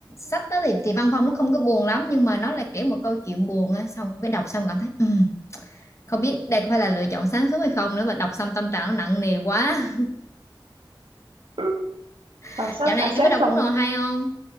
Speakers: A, on the left (about 35°); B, on the right (about 85°).
A: sách đó thì thì văn phong nó không có buồn lắm nhưng mà nó là kiểu một câu chuyện buồn á, xong cái đọc xong cảm thấy ừ, không biết đây có phải là lựa chọn sáng suốt hay không nữa mà đọc xong tâm trạng nó nặng nề quá.
B: <laughs>
A: <laughs>
B: Đọc sách
A: Dạo này
B: xả stress
A: em có đọc
B: xong
A: cuốn nào hay không?